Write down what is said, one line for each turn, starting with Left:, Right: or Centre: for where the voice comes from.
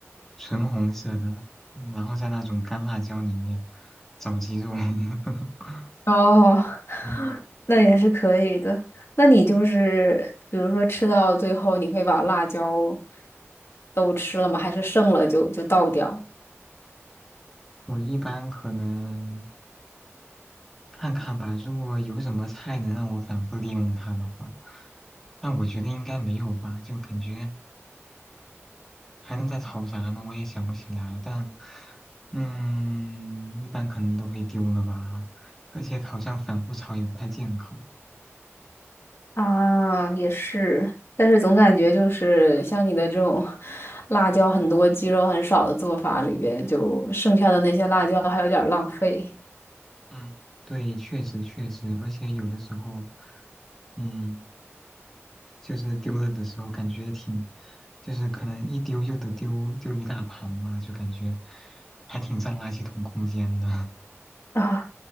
Centre: 纯红色的，然后在那种干辣椒里面找鸡肉。<laughs>
Left: 哦。
Centre: 嗯。
Left: 那也是可以的。那你就是比如说吃到最后，你会把辣椒都吃了吗？还是剩了就就倒掉？
Centre: 我一般可能看看吧，如果有什么菜能让我反复利用它的话，但我觉得应该没有吧，就感觉还能再炒啥呢？我也想不起来，但嗯，一般可能都会丢了吧，而且好像反复炒也不太健康。
Left: 啊，也是，但是总感觉就是像你的这种 <laughs> 辣椒很多、鸡肉很少的做法里边，就剩下的那些辣椒还有点儿浪费
Centre: 嗯，对，确实确实，而且有的时候，嗯。就是丢了的时候感觉挺，就是可能一丢就得丢丢一大盘吧，就感觉还挺占垃圾桶空间的。<laughs>
Left: <laughs> 啊，